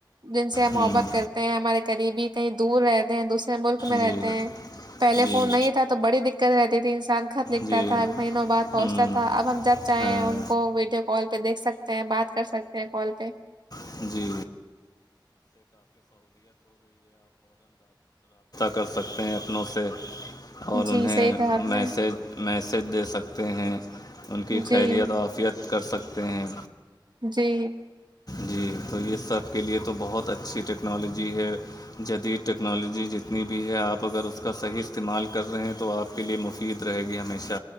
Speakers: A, on the right (about 65°); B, on the left (about 50°).
A: جن سے
B: ہوں
A: محبت کر ہیں ہمارے قریبی کہیں دور رہتے ہیں دوسرے ملک میں رہتے
B: جی
A: ہیں پہلے
B: جی
A: فون نہیں تھا تو بڑی دقت رہتی تھی انسان خط لکھتا
B: جی
A: تھا مہینوں بعد پہنچتا
B: ہوں
A: تھا تو اب ہم جب چاہیں
B: ہاں
A: ہیں ان کو ویڈیو کال پہ دیکھ سکتے ہیں بات کر سکتے ہیں کال پہ
B: <inaudible> رابطہ کر سکتے ہیں اپنوں سے اور
A: جی
B: انہیں
A: صحیح کہا آپ
B: میسج
A: نے
B: میسیج دے سکتے ہیں ان کی
A: جی
B: خیریت وافیت کر سکتے ہیں
A: جی
B: جی تو یہ سب کے لیے تو بہت اچھی ٹیکنالوجی ہے جدید ٹیکنالوجی جتنی بھی ہے آپ اگر اس کا صحیح استعمال کر رہے ہیں تو آپ کے لیے مفید رہے گی ہمیشہ